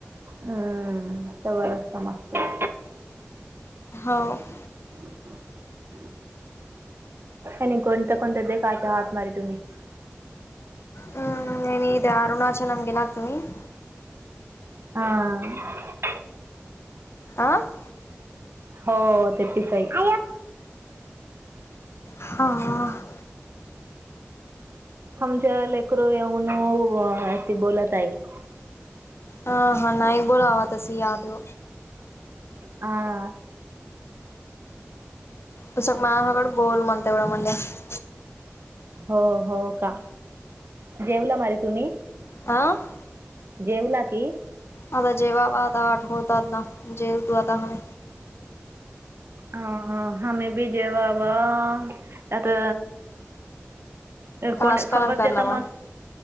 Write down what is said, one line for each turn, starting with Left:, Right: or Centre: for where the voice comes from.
Right: हम्म त्या वचता मस्त <inaudible>
Left: हो <inaudible>
Right: हम् का नाही कोणता कोणत दे काचा हात मारी तुम्ही <inaudible>
Left: हम्म नन अरुणाचलम गेलागतन <inaudible>
Right: हा <inaudible>
Left: आं <inaudible>
Right: हो ते पिसई <inaudible>
Left: हा <inaudible>
Right: आमच्या लेकरू येऊन ती बोलत आहेई <inaudible>
Left: हा हा नाही बोला आवा तस याद <inaudible>
Right: ह <inaudible>
Left: त सग माॅ सगडं बोल म्हणते एवढं म्हणजे <inaudible>
Right: हो हो का जेवला मर तुम्ही <inaudible>
Left: आं <inaudible>
Right: जेवला की <inaudible>
Left: आता जेवावा आता आठवतात ना जेव तू आता हम
Right: अ ह हमही बी जेव वा आता
Left: काजकारण
Right: कोण खबर
Left: करला
Right: जता
Left: मग
Right: म